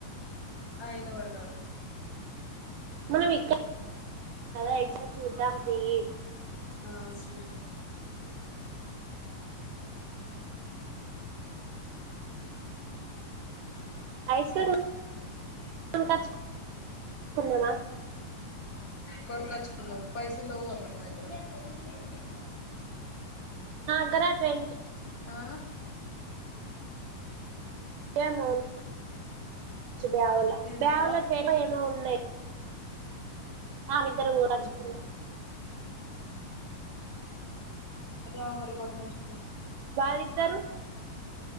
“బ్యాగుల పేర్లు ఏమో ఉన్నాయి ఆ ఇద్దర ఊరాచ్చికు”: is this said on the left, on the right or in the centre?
Right